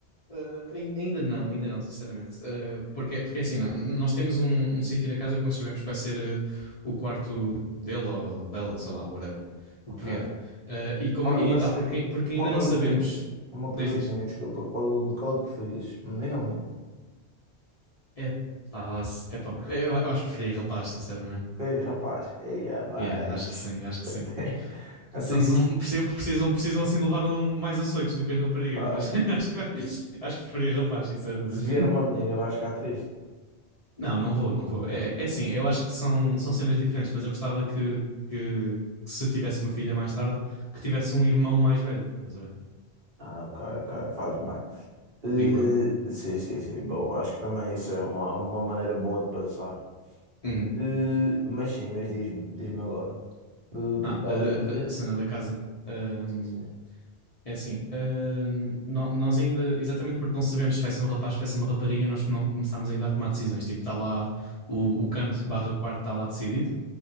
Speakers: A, on the left (about 40°); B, on the right (about 55°).
A: eh, ain- ainda não, ainda não, sinceramente. Eh, porque, porque é assim, nó- nós temos um, um sítio na casa que nós sabemos que vai ser eh, o quarto dele ou dela, sei lá, whatever, o
B: ok?
A: que vier. Eh, e como,
B: Olha,
A: e
B: mas
A: tá, porque,
B: eh,
A: porque
B: uma
A: ainda
B: perguntinha,
A: não sabemos.
B: uma perguntinha,
A: Diz, diz.
B: desculpa, qual, qual é que preferias, menino ou menino?
A: É pá, se- é pá, eu, eu acho que preferia rapaz, sinceramente.
B: Ei, rapaz, ei, ah, mate.
A: Yeah, acho que sim, acho que
B: até,
A: sim.
B: até
A: São,
B: <laughs> isso,
A: são- precisam, precisam, precisam assim de levar um, mais açoites do que as raparigas,
B: claro,
A: mas <laughs> acho que,
B: isso-
A: acho que preferia rapaz, sinceramente.
B: se vier uma menina vais ficar triste.
A: Não, não vou, não vou. É, é assim, eu acho que são, são cenas diferentes, mas eu gostava que, que, que se eu tivesse uma filha mais tarde, que tivesse um irmão mais velho, estás a ver?
B: Ah, ok, ok, faz bem. Eh,
A: Digo eu.
B: sim, sim, sim, bom, acho que também isso é uma, uma maneira boa de pensar.
A: Uhum.
B: Eh, mas sim, mas diz-me, diz-me agora. O que
A: Ah,
B: é que estavas
A: a,
B: a dizer?
A: a- a cena da casa. Ahm,
B: Sim, sim.
A: é assim, ahm, nó- nós ainda, exatamente porque não sabemos se vai ser um rapaz, se vai ser uma rapariga, nós não começámos ainda a tomar decisões. Tipo, está lá o, o canto barra quarto, está lá decidido.